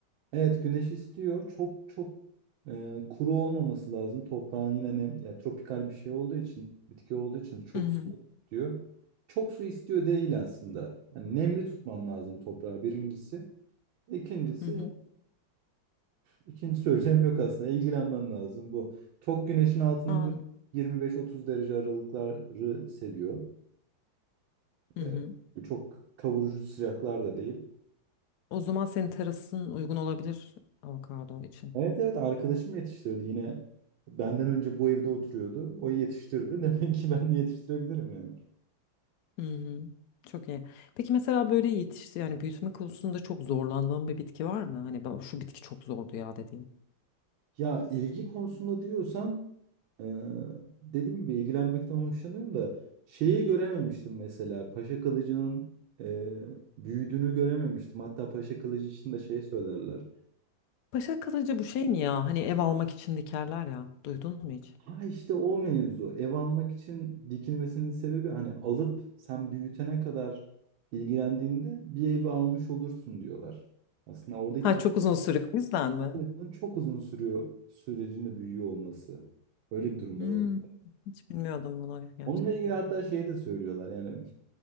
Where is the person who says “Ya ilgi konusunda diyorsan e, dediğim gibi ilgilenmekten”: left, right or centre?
Right